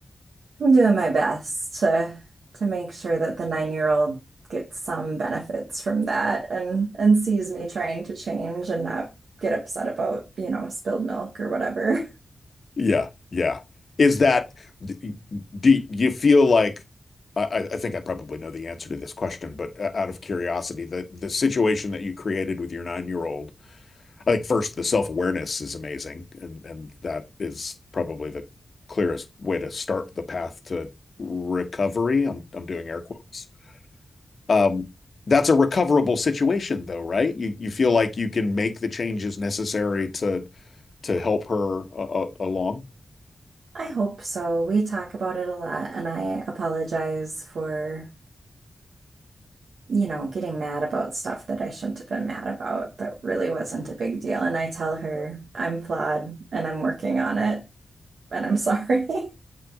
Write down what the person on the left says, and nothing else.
Yeah, yeah. Is that d- do you feel like I, I I think I probably know the answer to this question, but uh, out of curiosity, the the situation that you created with your nine-year-old, I think first the self-awareness is amazing, and and that is probably the clearest way to start the path to recovery. I'm I'm doing air quotes. Um, that's a recoverable situation though, right? You you feel like you can make the changes necessary to to help her uh, uh, along.